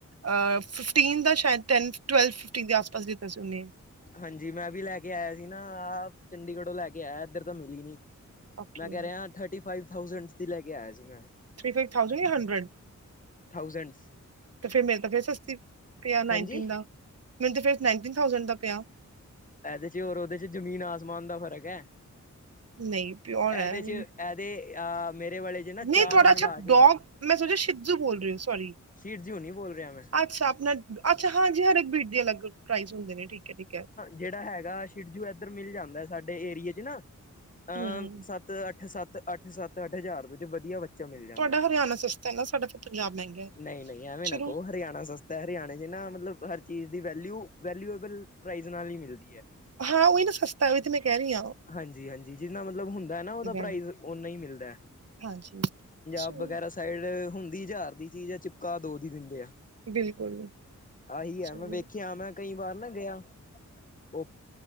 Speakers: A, on the right; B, on the left.
A: ਅਹ ਫਿਫਟੀਨ ਦਾ ਸ਼ੈਦ, ਟੈਨ, ਟਵੈਲਵ ਫਿਫਟੀਨ ਦੇ ਆਸ ਪਾਸ ਦਿੱਤਾ ਸੀ ਉਨੇ।
B: ਹਾਂਜੀ, ਮੈਂ ਵੀ ਲੈ ਕੇ ਆਇਆ ਸੀ ਨਾ ਆ ਚੰਡੀਗੜ੍ਹ ਤੋ ਲੈ ਕੇ ਆਇਆ, ਏਧਰ ਤਾਂ ਮਿਲੀ ਨੀ।
A: ਓਕੇ
B: ਮੈਂ ਕੈ‍ ਰੇਆ ਥਰਟੀ ਫਾਈਵ ਥਾਉਜੈਂਡਸ ਦੀ ਲੈ ਕੇ ਆਇਆ ਸੀ ਮੈ।
A: ਥ੍ਰੀ ਫਾਈਵ ਥਾਉਜੈਂਡ ਯਾ ਹੰਡਰੇਡ?
B: ਥਾਊਜੈਂਡਸ।
A: ਤੇ ਫੇਰ ਮੇਰੇ ਤਾਂ ਫੇਰ ਸਸਤੀ ਪੇਆ
B: ਹਾਂਜੀ
A: ਨਾਈਨਟੀਨ ਦਾ। ਮੈਨੂੰ ਤਾ ਫੇਰ ਨਾਈਨਟੀਨ ਥਾਊਜੈਂਡ ਦਾ ਪੇਆ।
B: ਐਦੇ ਚ ਓਰ ਉਦੇ ਚ ਜਮੀਨ ਆਸਮਾਨ ਦਾ ਫਰਕ ਐ,
A: ਨਹੀਂ ਪਿਓਰ ਹੈ
B: ਐਦੇ
A: ਇਹ ਵੀ
B: ਚ ਤੇ, ਅ ਮੇਰੇ ਵਾਲੇ ਜੇ
A: ਨਹੀਂ
B: ਨਾ ਚਾਰ
A: ਤੁਹਾਡਾ
B: ਮਿਲਾ
A: ਅੱਛਾ
B: ਕੇ
A: ਡੋਗ ਮੈਂ ਸੋਚੇਆ ਸ਼ਿਜੂ ਬੋਲ ਰ ਓ, ਸੋਰੀ
B: ਸਿਤਜੂ ਨੀ ਬੋਲ ਰੇਆ ਮੈ।
A: ਅੱਛਾ ਆਪਣਾ, ਅੱਛਾ ਹਾਂਜੀ, ਹਰ ਏਕ ਬੀਟ ਦੀ ਅਲੱਗ ਪ੍ਰਾਈਜ ਹੁੰਦੇ ਨੇ, ਠੀਕ ਐ, ਠੀਕ ਐ।
B: ਜੇੜਾ ਹੈਗਾ ਛਿ੍ਜੂ ਏਧਰ ਮਿਲ ਜਾਂਦਾ ਸਾਡੇ ਏਰੀਏ ਚ ਨਾ, ਅਹ
A: ਹਮ
B: ਸਤ ਅੱਠ, ਸੱਤ ਅੱਠ, ਸੱਤ ਅੱਠ ਹਜਾਰ ਵਿੱਚ ਵਦੀਆ ਬ ਚਾ ਮਿਲ ਜਾਂਦਾ,
A: ਤੁਹਾਡਾ ਹਰਿਆਣਾ ਸਸਤਾ ਹੈ ਨਾ ਸਾਡਾ ਫਿਰ ਪੰਜਾਬ ਮਹਿੰਗਾ ਹੈ
B: ਨਈ ਨਈ ਐਵੇਂ ਨਾ
A: ਚਲੋ
B: ਕਹੋ ਹਰਿਆਣਾ ਸਸ ਹਰਿਆਣੇ ਚੇ ਨਾ, ਮਤਲਬ ਹਰ ਚੀਜ ਦੀ ਵੈਲਯੁ ਵੈਲਯੁਬਲ ਪ੍ਰਾਈਜ ਨਾਲ ਹੀ ਮਿਲਦੀ ਐ।
A: ਹਾਂ ਓਹੀ ਨਾ ਸਸਤਾ ਏ, ਓਹੀ ਤੇ ਮੈ ਕੈ ਰਈ ਆ।
B: ਹਾਂਜੀ, ਹਾਂਜੀ, ਜਿੰਨਾ ਮਤਲਬ ਹੁੰਦਾ ਨਾ ਓਦਾ ਪ੍ਰਾਈਜ਼,
A: ਹੈ
B: ਓਨਾ ਹੀ ਮਿਲਦੈ।
A: ਹਾਂਜੀ। ਚਲੋ
B: ਅਬ ਵਗੈਰਾ ਸਾਈਡ ਹੁੰਦੀ ਜ਼ਾਰ ਦੀ ਚੀਜ਼ ਐ, ਚਿਪਕਾ ਦੋ ਦੀ ਦਿੰਦੇ ਆ।
A: ਬਿਲਕੁਲ
B: ਆਹੀ ਹੈ ਨਾ,
A: ਚਲੋ
B: ਮੈ ਵੇਖੇਆ ਮੈ ਕਈ ਵਾਰ ਨਾ ਗਿਆ ਓ